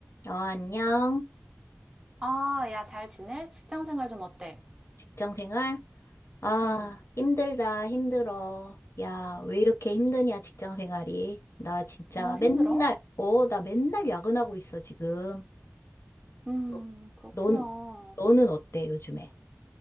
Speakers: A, on the left; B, on the right.
A: 어, 안녕.
B: 아, 야, 잘 지내? 직장 생활 좀 어때?
A: 직장 생활? 아,
B: 응,
A: 힘들다, 힘들어. 야, 왜 이렇게 힘드냐, 직장 생활이. 나 진짜
B: 어, 힘들어?
A: 맨날, 어, 나 맨날 야근하고 있어, 지금.
B: 음,
A: 너,
B: 그렇구나.
A: 넌, 너는 어때, 요즘에?